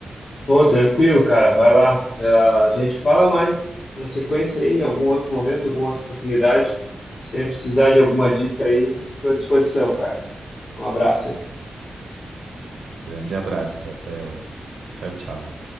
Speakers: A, on the left; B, on the right.
A: Pô, tranquilo, cara, vai lá. Eh, a gente fala mais na sequência aí, em algum outro momento, alguma outra oportunidade. sem precisar de alguma dica aí, estou à disposição, cara. Um abraço aí.
B: Grande abraço, Rafael. Tchau, tchau.